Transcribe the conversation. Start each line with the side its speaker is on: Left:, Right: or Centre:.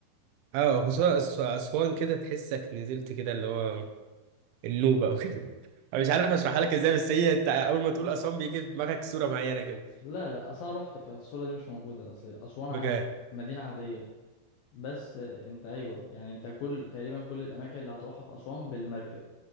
Right: اه خصوصا أس- اسوان كده تحسك نزلت كده اللي هو النوبه او كده <laughs> أنا مش عارف اشرحها لك ازاي بس هي انت اول ما تقول اسوان بيجي في دماغك صوره معينه كده
Left: لا لا اصلا رحت فالصورة دي مش موجودة اصل اسوان
Right: بجد
Left: عادي مدينة عادية بس انت ايوه يعني انت كل تقريبا كل الاماكن اللي هتروحها في اسوان بالمركب